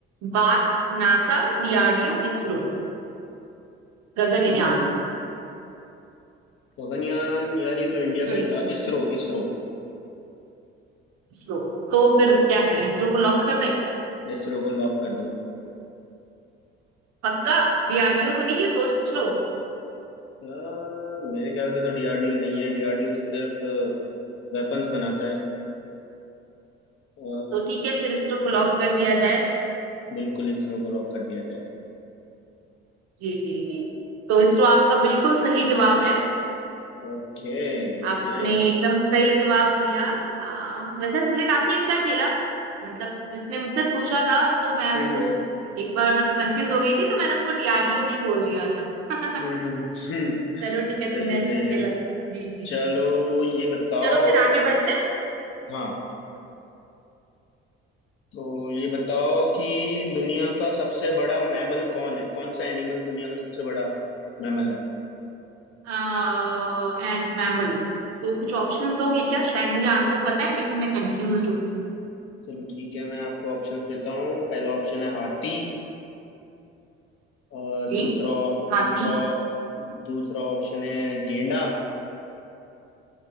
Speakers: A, on the right (about 50°); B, on the left (about 40°).
A: BARC NASA DRDO ISRO Gaganyaan
B: हम्म गगनयान यार ये तो इंडिया का
A: हम्म
B: ही था इसरो इसरो
A: इसरो तो फिर क्या करें इसरो को लॉक कर दें
B: इसरो को लॉक कर दो
A: पक्का डीआरडीओ तो नहीं है सोच लो
B: यार मेरे ख्याल से तो डीआरडीओ नहीं है डीआरडीओ तो सिर्फ वेपन्स बनाता है अ,
A: तो ठीक है फिर इसरो को लॉक कर दिया जाए
B: बिल्कुल इसरो को रॉक कर दिया जाए
A: जी जी जी तो इसरो आपका बिल्कुल सही जवाब है
B: ओके नाइस
A: आपने एकदम सही जवाब दिया हाँ वैसे तुमने काफी अच्छा खेला मतलब जिसने मुझसे पूछा था तो मैं उसको
B: हम्म हम्म,
A: एक बार मतलब कंफ्यूज हो गई थी तो मैंने उसको टीआरडीओ ही बोल दिया था <laughs>
B: हम्म, हम्म, हम्म, हम्म,
A: चलो ठीक है
B: सही
A: तुमने
B: है
A: अच्छा
B: सही है
A: खेला जी जी
B: चलो
A: जी।
B: ये बताओ
A: चलो फिर आगे बढ़ते हैं
B: हाँ तो ये बताओ कि दुनिया का सबसे बड़ा मैमल कौन है कौन सा एनिमल दुनिया का सबसे बड़ा मैमल है
A: हाँ एंड मैमल तो कुछ ऑप्शंस दोगे क्या शायद मुझे आंसर पता है लेकिन मैं कंफ्यूज हूँ
B: चलो ठीक है मैं आपको ऑप्शंस देता हूँ पहला ऑप्शन है हाथी और
A: जी
B: दूसरा
A: हाथी
B: दूसरा दूसरा ऑप्शन है गेंडा